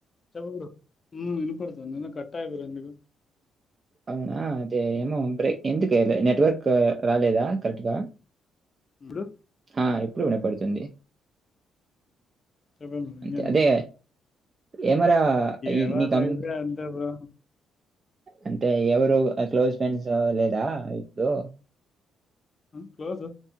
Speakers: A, on the left; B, on the right.
A: చ ఇనుపడుతుా నన్న కట్టాయి బరా అందుకు
B: అవునా అదే తే ఏమోే ఎందుకు నెట్వర్క్ రాలేదా కరెక్ట్గా
A: బ్రో
B: ఆ ఇప్పుడు వినపడుతుంది
A: మ్మ్
B: అంతే
A: మ్మ్
B: అదే
A: <inaudible>
B: ఏమరా ఈ
A: ఎదోటయిపోయా
B: నీ కం
A: అంతే పో
B: అంటే ఎవరు క్లోజ్ ఫ్రెండ్స్ లేదా ఇప్పుడు
A: క్లోజ్